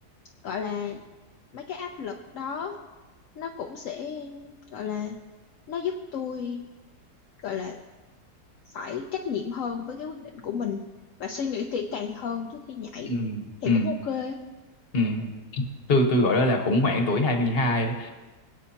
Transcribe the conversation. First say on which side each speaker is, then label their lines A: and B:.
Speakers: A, on the left (about 60°); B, on the left (about 35°).
A: gọi là mấy cái áp lực đó nó cũng sẽ gọi là nó giúp tôi gọi là phải trách nhiệm hơn với cái quyết định của mình và suy nghĩ kỹ càng hơn trước khi nhảy
B: ừ
A: thì
B: ừ
A: cũng ok
B: ừ tôi tôi gọi đó là khủng hoảng tuổi 22 đó